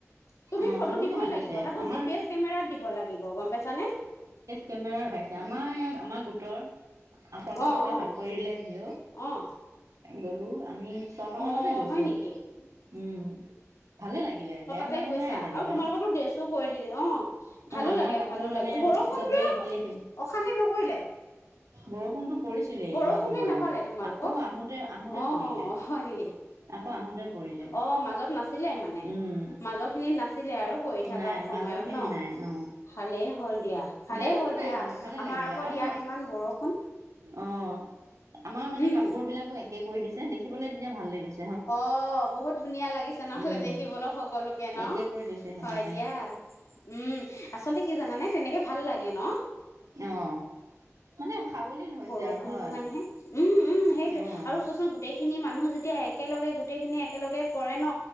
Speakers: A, on the left; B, on the right.
A: তুমি
B: অ
A: ফটো
B: চবকে
A: দিবই
B: মাতিছে
A: লাগিব তাকো
B: আমাৰ
A: জি পি এচ কেমেৰাত দিব লাগিব গম পাইছা নে?
B: কেমেৰাৰ ভাইছে আমাৰ ইয়াৰ আমাৰ গোটৰ ছটা
A: অ'
B: ছটা
A: অ'
B: ভাগ কৰি দিলে ভিউ
A: অ
B: গলো আমি ছয়টা মানতে
A: অ'
B: গৈছো
A: হয় নেকি
B: উম ভালে লাগিলে বেয়া
A: ঠিকে
B: লগা
A: কৈছা
B: নাই যেনিবা
A: আৰু তোমালোকৰটে ড্ৰেছো কৰি দিলে অ
B: অ
A: ভালো
B: আমাৰ
A: লাগে
B: কাপোৰ
A: ভালো
B: মানে
A: লাগে বৰষুণটোয়ে
B: চবেই একেই
A: অশান্তি নকৰিলে
B: বৰষুণটো পৰিছিলেই
A: বৰষুণটোৱে
B: যোৱা সময়ত
A: নাপালে তোমালোকক
B: আকৌ আহোতে আহোতে
A: অ
B: পৰিলে।
A: অ হয় নেকি
B: আকৌ আহোতে পৰিলে।
A: অ মাজত নাছিলে মানে
B: উম
A: মাজৰখিনিত নাছিলে আৰু। কৰি থকা
B: নাই
A: সময়ত
B: মাজৰ খিনি
A: ন,
B: নাই অ
A: ভালেই হ'ল দিয়া। ভালেই
B: বেয়া লগা
A: হ'ল
B: নাই
A: দিয়া,
B: কিন্তু ভালে
A: আমাৰ
B: লাগিলে
A: আকৌ
B: আৰু
A: ইয়াত ইমান বৰষুণ।
B: অ, আমাৰ মানে
A: উম
B: কাপোৰবিলাকো একে কৰি দিছে দেখিবলৈ তেতিয়া ভাল লাগিছ
A: অ, বহুত ধুনীয়া লাগিছে নহলে
B: উম।
A: দেখিবলৈ সকলোকে ন
B: একে কৰি দিছে সেইকাৰণে
A: হয় দিয়া। উম আচলতে কি জানানে? তেনেকে ভাল লাগে ন।
B: অ। মানে খাবলিল হৈছে
A: বৰষুণটো
B: আৰু হয়,
A: কাৰণেহে উম উম সেইটোৱে
B: অহ।
A: আৰু চোৱাচোন গোটেইখিনি মানুহ যেতিয়া একেলগে গোটেইখিনি একেলগে কৰে ন